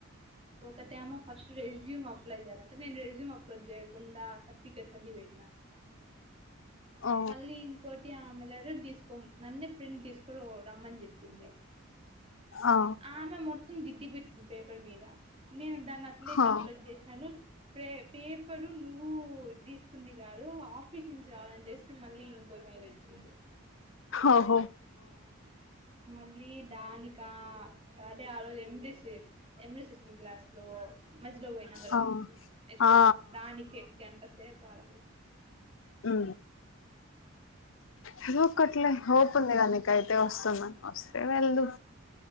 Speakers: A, on the right; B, on the left.
A: ఒక టేమ ఫస్ట్ రెజ్యూమ్ అప్లై చేయాలంటే నేను రెజ్యూమ్ అప్లోడ్ చేయకుండా సర్టిఫికేట్స్ అన్ని పెట్టినా
B: ఓ
A: మళ్ళీ ఇంకోటి ఆమె లెటర్ తీస్కో నన్నే ప్రింట్ తీసుకో <unintelligible> రమ్మని చెప్పింది
B: ఆ
A: ఆమె మొత్తం దిద్ధి పెట్టింది పేపర్ మీద నేను దాన్ని అట్లే
B: హా
A: తప్లోడ్ జేసినాను ప్రే పే పరు నువ్వు తీసుకుంది కాదు ఆఫీస్ నుంచి రావాలని చేసి మళ్ళీ ఇంకో మెయిల్ వచ్చింది
B: ఓహోఓ
A: మళ్ళీ దానికా అదే ఆ రోజు <unintelligible> క్లాస్ లో మధ్యలో పోయినాం కదా
B: ఆ
A: యాక్చువల్లీ
B: ఆ ఆ
A: మనం దానికే గంట సేపు ఆడ
B: ఉ ఏదో ఒక్కట్లే హోపు ఉంది కదా నికైతే వస్తుందని వస్తే వెళ్దు